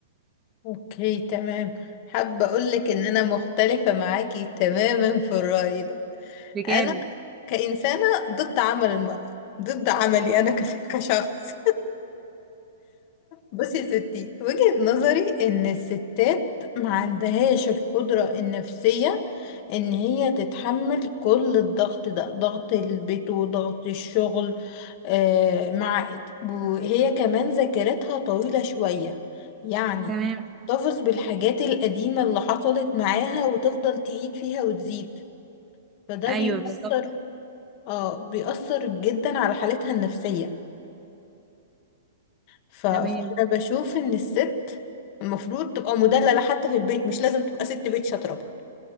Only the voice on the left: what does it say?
اوكي تمام حابة اقولك ان انا مختلفة معاكي تماما في الرأي ده
انا كإنسانة ضد عمل المرأة ضد عملي انا كش- <laughs> كشخص بصي يا ستي وجهة نظري ان الستات ما عندهاش القدرة النفسية ان هي تتحمل كل الضغط ده ضغط البيت وضغط الشغل آه مع وهي كمان ذاكرتها طويلة شوية يعني
بتحتفظ بالحاجات القديمة اللي حصلت معاها وتفضل تعيد فيها وتزيد فده
بيأثر
اه بيأثر جدا على حالتها النفسية ف- فانا
بشوف ان الست المفروض تبقى مدلله حتى في البيت مش لازم تبقى ست بيت شاطره برضه